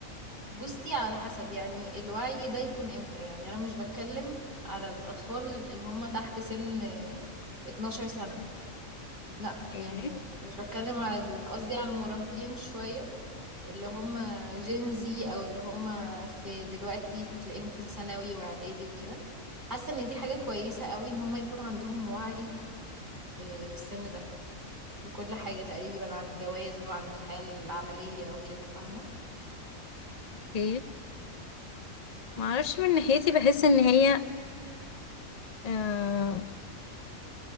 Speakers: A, on the right; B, on the left.
A: بصي على حسب يعني الوعي ده يكون امتى يعني انا مش بتكلم على الاطفال اللي هم تحت سن آه، 12 سنة لا يعني
B: ايه
A: مش بتكلم على دول قصدي على المراهقين شوية اللي هم جين زي او اللي هم في دلوقتي تلاقيهم في ثانوي واعدادي وكده حاسه ان دي حاجه كويسه قوي ان هم يكون عندهم وعي آه، في السن ده بكل حاجه تقريبا عن الجواز وعن الحياه العمليه وكده فاهمه
B: ايه معرفش من ناحيتي بحس ان هي آه،